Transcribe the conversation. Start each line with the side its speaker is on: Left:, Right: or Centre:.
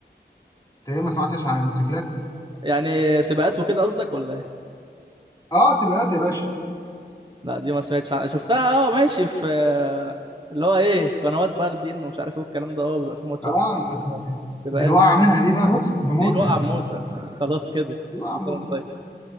Left: انت ايه ما سمعتش عن الموتوسيكلات
Right: يعني سباقات وكده قصدك ولا ايه
Left: اه سباقات يا باشا
Right: لا دي ما سمعتش عنها شفتها اه ماشي في اللي هو ايه قنوات بقى البي ان ومش عارف ايه والكلام ده اه بيبقى في ماتشات
Left: اه بس دي,
Right: سباقات
Left: دي الوقعه منها دي بقى بص بموتها
Right: دي الوقعه بموتة <laughs> خلاص كده
Left: <laughs> دي وقعه
Right: كل
Left: موت
Right: سنه وانت طيب